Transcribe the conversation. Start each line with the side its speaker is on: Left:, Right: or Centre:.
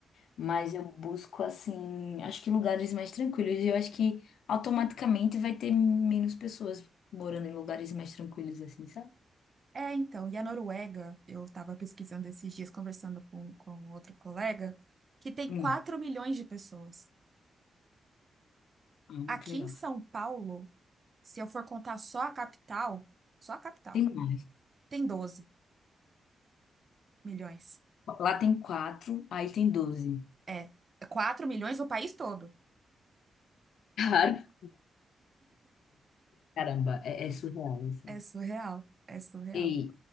Left: Mas eu busco, assim, acho que lugares mais tranquilos. E eu acho que automaticamente vai ter menos pessoas morando em lugares mais tranquilos, assim, sabe?
Right: É, então, e a Noruega, eu estava pesquisando esses dias, conversando com, com outro colega, que tem
Left: Hum,
Right: 4 milhões de pessoas.
Left: ah,
Right: Aqui
Left: que legal.
Right: em São Paulo, se eu for contar só a capital, só a capital,
Left: Tem mais.
Right: tem doze milhões.
Left: Lá tem quatro, aí tem doze.
Right: É, 4 milhões o país todo.
Left: Cara. Caramba, é, é surreal isso.
Right: É surreal, é surreal.
Left: Ei,